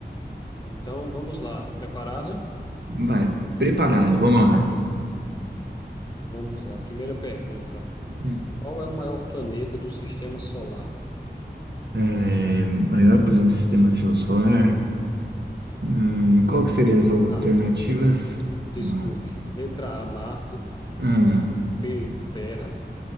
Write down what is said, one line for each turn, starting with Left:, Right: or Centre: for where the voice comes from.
Left: Então, vamos lá. Preparado?
Right: Vai, preparado, vamos lá.
Left: Vamos lá. Primeira pergunta.
Right: Hum.
Left: Qual é o maior planeta do sistema solar?
Right: É, maior planeta do sistema solar, Hum, qual que seria as alternativas?
Left: A. Desculpe.
Right: Ah,
Left: Letra A, Marte.
Right: ah,
Left: B, Terra.